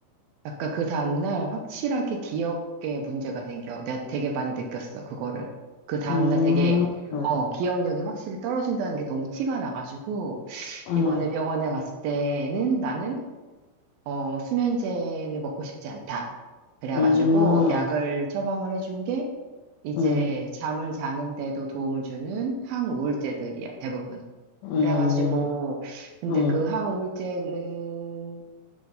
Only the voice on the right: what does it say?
아까 그 다음날 확실하게 기억에 문제가 생겨. 내가 되게 많이 느꼈어, 그거를. 그 다음날
되게,
어, 기억력이 확실히 떨어진다는 게 너무 티가 나가지고,
이번에 병원에 갔을 때는 나는, 어, 수면제는 먹고 싶지 않다. 그래가지고,
약을 처방을 해준 게, 이제
잠을 자는데도 도움을 주는 항우울제들이야, 대부분.
그래가지고, 근데
그 항우울제는